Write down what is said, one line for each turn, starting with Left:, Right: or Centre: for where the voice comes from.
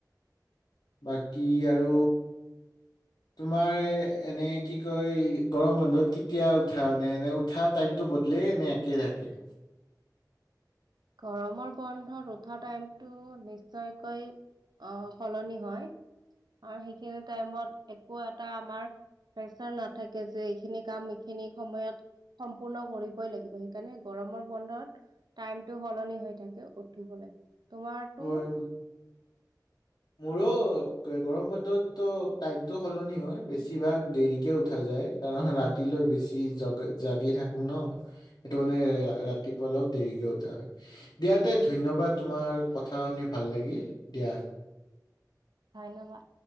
Left: বাকী আৰু তোমাৰ এনে কি কয় গৰম বন্ধত কেতিয়া উঠা এনে এনে উঠা টাইমটো বদলেই এনে একে থাকে
Right: গৰমৰ বন্ধত উঠা টাইমটো নিশ্চয়কৈ অ সলনি হয় আৰু সেইখিনি টাইমত একো এটা আমাৰ প্ৰেচাৰ নাথাকে যে এইখিনি কাম এইখিনি সময়ত সম্পূৰ্ণ কৰিবই লাগিব সেইকাৰণে গৰমৰ বন্ধত টাইম টো সলনি হৈ থাকে উঠিবলে তোমাৰটো
Left: হয় মোৰো গৰম বন্ধতো টাইমটো সলনি হয় বেছিভাগ দেৰিকে উঠা যায় কাৰণ ৰাতিলৈ বেছি জগি জাগি থাকো ন সেইটো মানে ৰাতিপুৱা অলপ দেৰিকে উঠা হয় দিয়া তে ধন্যবাদ তোমাৰ কথা শুনি ভাল লাগিল দিয়া
Right: ধন্যবাদ